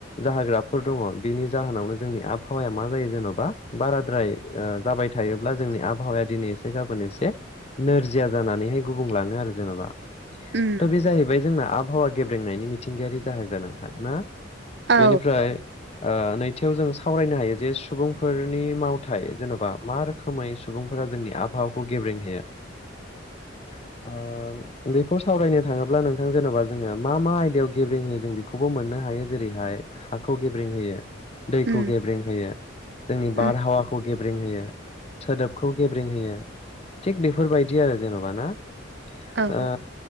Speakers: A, on the left; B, on the right.
A: जाहोग्राफोर दङ। बिनि जा जाहोनावनो जोंनि आबहावाया मा जायो जेन'बा बाराद्राय ओ जाबाय थायोब्ला जोंनि आबहावाया दिनै एसे गाबोन एसे नोरजिया जानानै हे गुबुं लाङो आरो जेन'बा।
B: उम
A: थ' बे जाहैबाय जोंना आबहावा गेब्रेंनायनि मिथिंगायारि जाहोग्रा नोंथां ना?
B: औ
A: बेनिफ्राय ओ नैथियाव जों सावरायनो हायो जे सुबुंफोर नि मावथाइ जेन'बा मा रोखोमै सुबुंफोरा जोंनि आबहावाखौ गेब्रेंहोयो? <inaudible> ओ बेखौ सावरायनो थाङोब्ला नोंथां जेन'बा जोङो मा मा आयदायाव गेब्रेंहोयो जों बेखौबो मोन नो हायो, जेरैहाय हाखौ गेब्रेें होयो, दैखौ
B: उम
A: गेब्रें होयो, जोंनि बारहावाखौ
B: उम
A: गेब्रें होयो, सोदोबखौ गेब्रें होयो। थिग बेफोरबायदि आरो जेन'बा ना?
B: औ
A: ओ